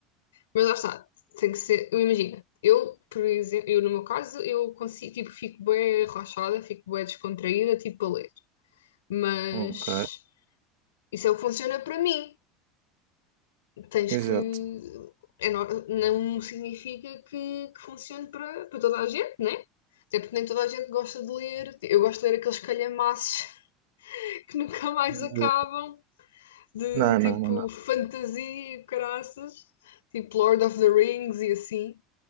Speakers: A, on the left; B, on the right.
A: Mas lá está. Tem que ser. eu Imagina. Eu, por exemplo, eu no meu caso, eu consigo, tipo, fico bem relaxada, fico bem descontraída, tipo, a ler. Mas
B: Ok.
A: isso é o que funciona para mim. Tens
B: Exato.
A: que. É, no- não significa que, que funcione para, para toda a gente, né? Até porque nem toda a gente gosta de ler. Eu gosto de ler aqueles calhamaços que nunca mais
B: Não,
A: acabam, de
B: não,
A: tipo
B: não, não.
A: fantasia e caraças, tipo Lord of the Rings e assim.